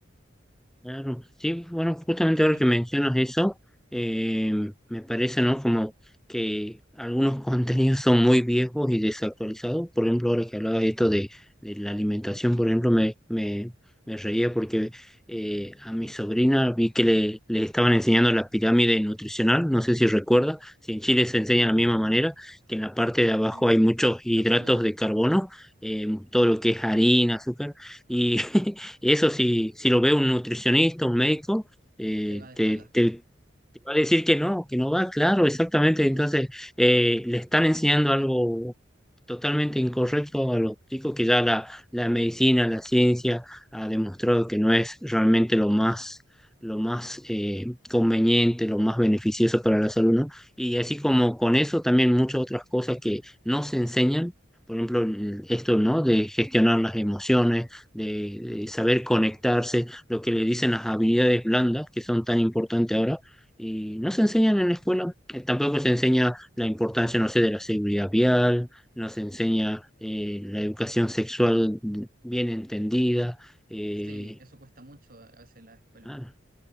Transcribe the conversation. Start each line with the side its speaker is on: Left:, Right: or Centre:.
Centre: Claro, sí, bueno, justamente
Right: ¿Qué opinas
Centre: ahora que mencionas
Right: tú?
Centre: eso, eh, me parece, ¿no? Como que algunos <laughs> contenidos son muy viejos y desactualizados. Por ejemplo, ahora que hablaba de esto de, de la alimentación, por ejemplo, me, me, me reía porque eh, a mi sobrina vi que le, le estaban enseñando la pirámide nutricional, no sé si recuerda, si en Chile se enseña
Right: Ujú,
Centre: de la misma manera, que en la parte de abajo
Right: sí,
Centre: hay muchos
Right: está
Centre: hidratos
Right: obsoleta,
Centre: de carbono, eh, todo lo que es harina, azúcar, y <laughs> Eso si, si lo ve un nutricionista, un médico, eh,
Right: se va de
Centre: te,
Right: espalda.
Centre: te, te va a decir que no, que no va, claro, exactamente.
Right: No,
Centre: Entonces, eh, le están enseñando
Right: ahora,
Centre: algo totalmente incorrecto
Right: an-
Centre: a los chicos que ya la, la medicina, la ciencia ha demostrado que no es realmente lo más, lo más eh, conveniente, lo más beneficioso para la salud, ¿no? Y así como con eso, también muchas otras cosas que no se enseñan. Por ejemplo, el- esto, ¿no? De gestionar las emociones, de de saber conectarse, lo que le dicen las habilidades blandas, que son tan importantes ahora y no se enseñan en la escuela. Eh, Tampoco se enseña la importancia, no sé, de la seguridad vial, no se enseña eh, la educación sexual bien entendida. eh,
Right: sí, eso cuesta mucho a a veces en la escuela.
Centre: nada.